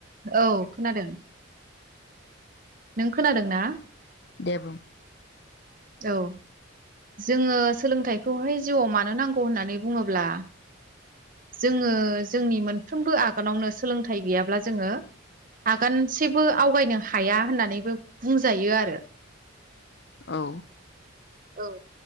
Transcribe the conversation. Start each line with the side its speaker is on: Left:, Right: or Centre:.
Right: औ खोनादों नों खोनादों ना
Left: दे बुं।
Right: औ जोङो सोलोंथाइखौहाय जिउआव मानो नांगौ होननानै बुङोब्ला जोङो जोंनि मोनफ्रोमबो आगानावनो सोलोंथाइ गैयाब्ला जोङो आगानसेबो आवगायनो हाया होननानैबो बुंजायो आरो
Left: औ
Right: औ